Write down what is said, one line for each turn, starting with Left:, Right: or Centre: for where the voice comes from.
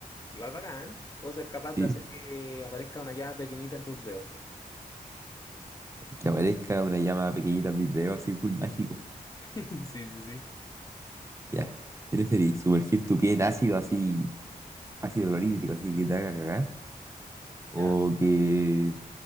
Left: Igual bacán. O ser capaz de
Right: Sí,
Left: hacer que aparezca una llave pequeñita en tus dedos.
Right: que aparezca una llama pequeñita en mis dedos así, full mágico.
Left: <laughs> Sí, sí, sí.
Right: Ya. ¿Qué preferís? ¿Sumergir tu pie en ácido así, ácido clorhídrico, así que te haga cagar? ¿O
Left: ¿Ya?
Right: que